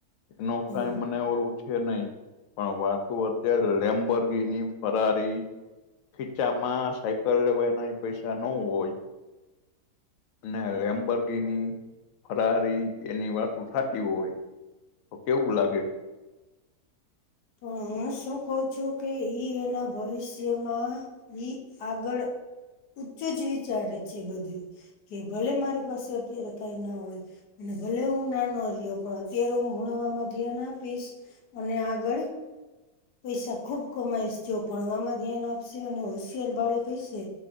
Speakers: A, on the left; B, on the left.
A: નો
B: હમ,
A: ક્રાઈમ મને ઓ છે નહી પણ વાતો અત્યારે લેમ્બર્ગીની, ફરારી ખીચામાં સાયકલ લેવાયના પૈસા ન હોય ને લેમબર્ગીની, ફરારી એની વાતો ઠાતી હોય, તો કેવું લાગે?
B: પણ શું કઉ છું કે ઈ એના ભવિષ્યમાં ની આગળ ઊચું જ વિચારે છે બધું. કે ભલે મારી પાસે અત્યારે કાઈ ના હોય. અને ભલે હું નાનો રહ્યો, પણ અત્યારે હું ભણવામાં ધ્યાન આપીશ, અને આગળ પૈસા ખુબ કમાઈશ, જો ભણવામાં ધ્યાન આપશે અને હોશિયાર બાળક હૈશે.